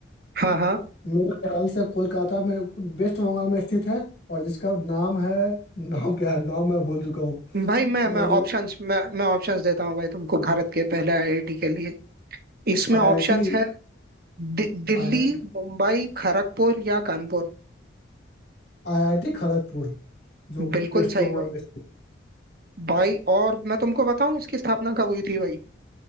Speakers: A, on the right; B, on the left.
A: हाँ हाँ
B: मेरे ख्याल से कोलकाता में वेस्ट बंगाल में स्थित है और जिसका नाम है नाम क्या है नाम मैं भूल चुका
A: भाई
B: हूँ
A: मैं मैं
B: अरे
A: ऑप्शंस मैं मैं ऑप्शंस देता हूँ भाई तुमको भारत के पहले आईआईटी के लिए इसमें
B: आईआईटी
A: ऑप्शंस है दि, दिल्ली
B: आईआईटी
A: मुंबई खड़गपुर या कानपुर
B: आईआईटी खड़गपुर जो
A: बिल्कुल
B: वेस्ट
A: सही
B: बंगाल
A: भाई
B: में स्थित
A: भाई और मैं तुमको बताऊं इसकी स्थापना कब हुई थी भाई